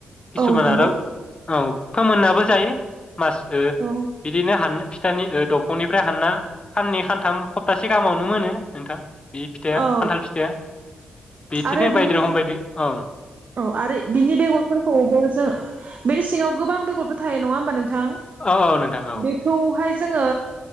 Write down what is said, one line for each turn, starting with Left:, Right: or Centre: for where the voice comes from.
Left: किसु
Right: औ
Left: मान
Right: नंगौ
Left: आरो औ फोमोननाबो जायो। मास ओ
Right: औ
Left: बिदिनो हान फि <unintelligible> दंफांनिफ्राय हानना ननै सानथाम सप्तासे गाहामावनो मोनो नोंथां। बे फिथाइ
Right: औ
Left: खान्थाल फिथाइ बिदिनो
Right: आरो बिनि
Left: बायदि रोखोम बायदि ओं
Right: औ आरो बिनि बेगरफोरखौबो जों बेनि सिङाव गोबां बेगरफोर थायो नङा होमबा नोंथां?
Left: औ औ नोंथां औ
Right: बेखौहाय जोङो